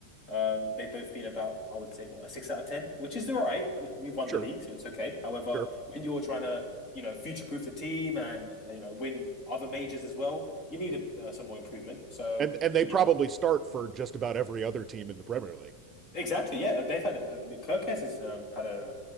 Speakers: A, on the left; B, on the right.
A: um, they've both been about, I would say, what, a six out of 10, which is all right. We, we've won
B: Sure.
A: the league, so it's okay. However,
B: Sure.
A: when you're trying to, you know, future-proof the team and, you know, win other majors as well, you need uh, some more improvement. So,
B: And and they
A: yeah,
B: probably start for just about every other team in the Premier League.
A: Exactly, yeah. uh, They've had um, Kirkes has um, had a